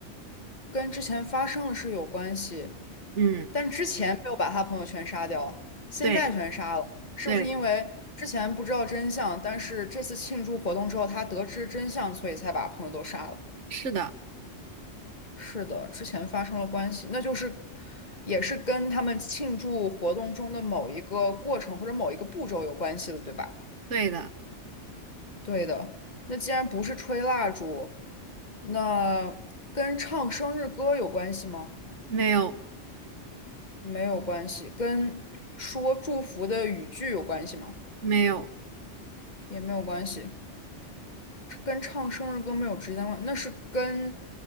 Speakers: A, on the left (about 40°); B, on the right (about 80°).
A: 跟之前发生的是有关系，
B: 嗯，
A: 但之前没有把他朋友全杀掉，现在全杀了，
B: 对
A: 是不是因为之前不知道真相，
B: 对，
A: 但是这次庆祝活动之后他得知真相，所以才把朋友都杀了？
B: 是的，
A: 是的，之前发生了关系，那就是也是跟他们庆祝活动中的某一个过程或者某一个步骤有关系的，对吧？
B: 对的，
A: 对的。那既然不是吹蜡烛，那跟唱生日歌有关系吗？
B: 没有
A: 没有关系。跟说祝福的语句有关系吗？
B: 没有，
A: 也没有关系。这跟唱生日歌没有直接关，那是跟